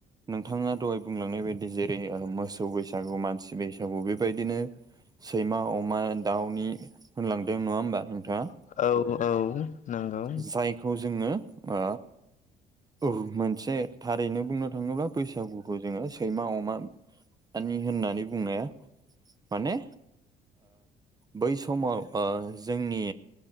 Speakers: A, on the right; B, on the left.
A: नोंथाङा दहाय बुंलांनाय बायदि जेरै मोसौ बैसागु मानसि बैसा थेवबो बेबायदिनो सैमा, अमा, दाउनि होनलांदों नङा होमबा नोंथाङा।
B: औ औ नंगौ
A: जायखौ जोङो ओ औ मोनसे थारैनो बुंनो थाङोब्ला बैसागुखौ जोङो सैमा, अमा आनि होननानै बुंनाया। माने बै समाव ओ जोंनि